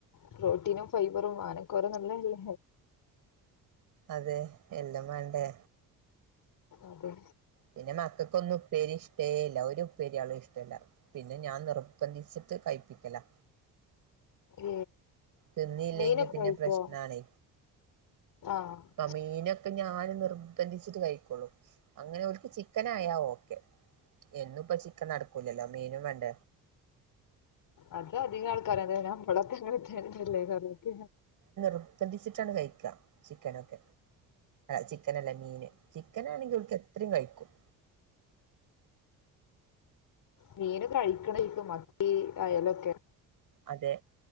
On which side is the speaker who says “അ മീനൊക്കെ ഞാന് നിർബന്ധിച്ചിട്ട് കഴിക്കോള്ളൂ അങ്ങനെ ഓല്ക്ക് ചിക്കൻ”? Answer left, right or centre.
Right